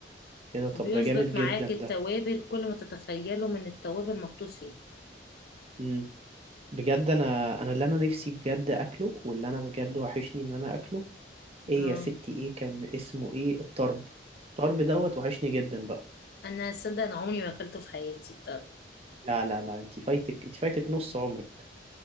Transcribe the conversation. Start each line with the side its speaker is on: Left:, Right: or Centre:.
Right: ايه ده طب
Left: وبيظبط
Right: ده جامد
Left: معاك
Right: جدا
Left: التوابل
Right: ده
Left: كل ما تتخيله من التوابل محطوط فيه
Right: مم. بجد انا انا اللي انا نفسي بجد اكله واللي انا بجد وحشني ان انا اكله ايه
Left: اه
Right: يا ستي ايه كان اسمه ايه الطرب الطرب دوت وحشني جدا بقى
Left: انا صدق انا عمري ما اكلته في حياتي طب
Right: لا لا لا انت فايتك انت فايتك نص عمرك